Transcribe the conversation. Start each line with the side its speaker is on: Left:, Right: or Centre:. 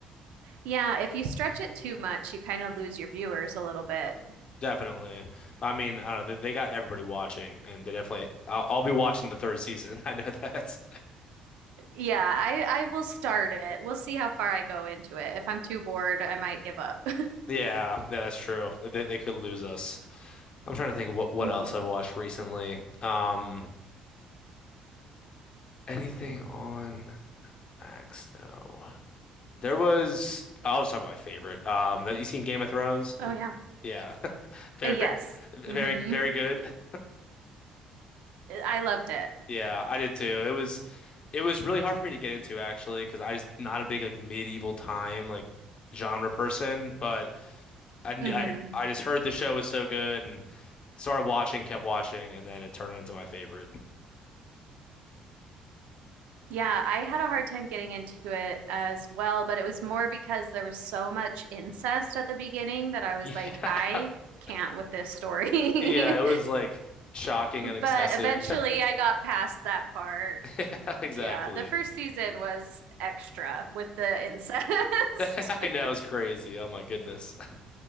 Right: Yeah, if you stretch it too much, you kind of lose your viewers a little bit.
Left: definitely. But I mean, I don't know. They, they got everybody watching, and they definitely. I'll, I'll be watching the third season. <laughs> I know that.
Right: Yeah, I I will start it. We'll see how far I go into it. If I'm too bored, I might give up. <laughs>
Left: Yeah, yeah, that's true. They they could lose us. I'm trying to think of what what
Right: Mhm.
Left: else I've watched recently. Um. Anything on Max? No. There was I'll just talk about my favorite. Um, that you seen Game of Thrones?
Right: Oh yeah.
Left: Yeah. <laughs> Very,
Right: Uh, yes.
Left: very, very,
Right: hmm
Left: very good.
Right: I loved it.
Left: Yeah, I did too. It was it was really hard for me to get into actually because I just not a big like medieval time like genre person, but I, kn-
Right: Mm-hmm.
Left: I I just heard the show was so good and started watching, kept watching, and then it turned into my favorite.
Right: Yeah, I had a hard time getting into it as well, but it was more because there was so much incest at the beginning that I was
Left: Yeah.
Right: like, I
Left: <laughs>
Right: can't with this story. <laughs>
Left: Yeah, it was like shocking and excessive.
Right: But eventually
Left: <laughs>
Right: I got past that part.
Left: Yeah, exactly.
Right: Yeah, the first season was extra with the incest.
Left: <laughs> I know
Right: <laughs>
Left: it's crazy. Oh my goodness. <laughs>